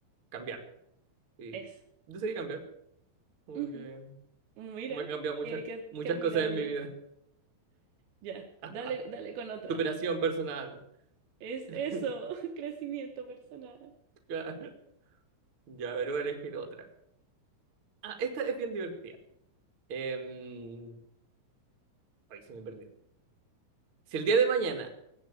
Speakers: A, on the right; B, on the right.
A: cambiar. Y
B: Eso.
A: decidí cambiar, como
B: Ujú.
A: que
B: Mira,
A: como he cambiado muchas,
B: qué, qué,
A: muchas
B: qué admirable.
A: cosas en mi vida.
B: Ya,
A: <laughs>
B: dale, dale con otra.
A: Superación personal.
B: Es
A: <laughs>
B: eso, <laughs> crecimiento personal.
A: Claro. Ya, pero voy a elegir otra. Ah, esta es bien divertida. Em, ay, se me perdió. Si el día de mañana